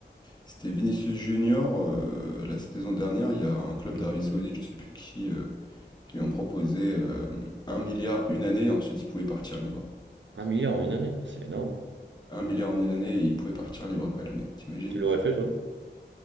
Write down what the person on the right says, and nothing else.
même.
Hmm.
Un milliard en une année, c'est énorme. hein.
Tu l'aurais fait, toi?